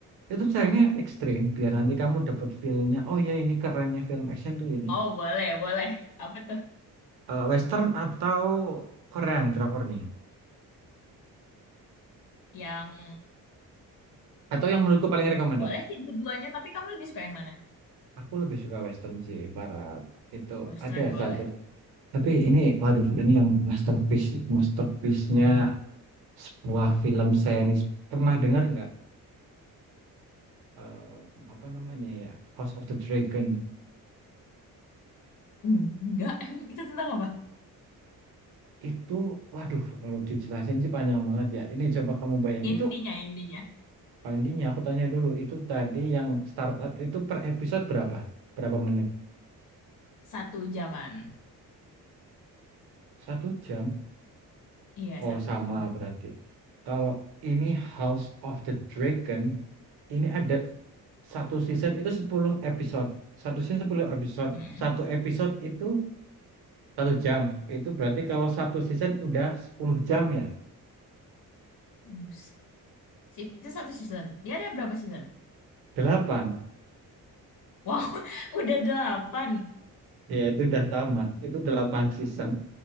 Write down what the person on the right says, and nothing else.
itu carinya ekstrim. Biar nanti kamu dapat feel-nya, oh ya ini kerennya film action tuh ini.
Eh, Western atau Korean drakor nih.
Atau yang menurutku paling recommended.
Aku lebih suka western sih, barat. Itu
ada
satu. Tapi ini, waduh, ini yang masterpiece, masterpiece-nya sebuah film series. Pernah dengar nggak? Eh, apa namanya ya? House of the Dragon.
Itu, waduh, kalau dijelasin sih panjang banget ya. Ini coba kamu bayang
Itu,
paling ini aku tanya dulu. Itu tadi yang startup itu per episode berapa? Berapa menit?
Satu jam?
Oh,
sama
berarti. Kalau ini House of the Dragon, ini ada satu season itu 10 episode. Satu season 10 episode.
Satu episode itu satu jam. Itu berarti kalau satu season udah 10 jam ya.
delapan
Ya, itu udah tamat. Itu 8 season.